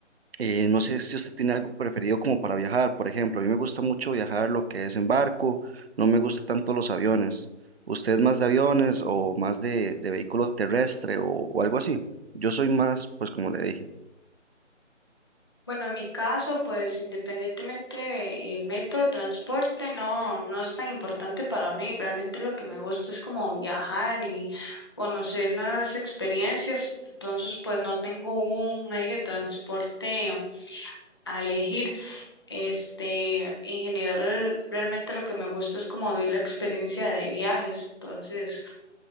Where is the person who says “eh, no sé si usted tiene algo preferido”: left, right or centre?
Right